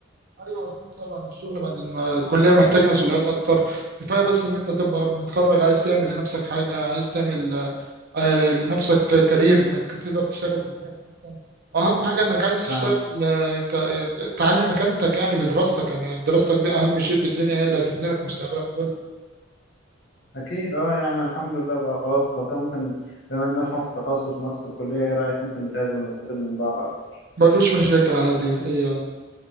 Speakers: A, on the right; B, on the left.
A: ايوه اكيد طبعا الشغل بعد الم- الكليه محتاج مسؤوليات اكتر كفايه بس ان انت تبقى متخرج عايز تعمل لنفسك حاجه عايز تعمل آه، لنفسك كارير انك تقدر تشتغل في مكان احسن واهم حاجه انك عايز تشتغل
B: اه
A: آه، ك- آه، تعلي مكانتك يعني بدراستك يعني دراستك دي اهم شيء في الدنيا هي اللي هتبني لك مستقبلك كله
B: اكيد اه يعني الحمد لله بقى خلاص لو كده ممكن بما اننا في نفس التخصص ونفس الكلية ايه رأيك ممكن نتقابل ونستفيد من بعض اكتر
A: مفيش مشاكل عادي ايه يعني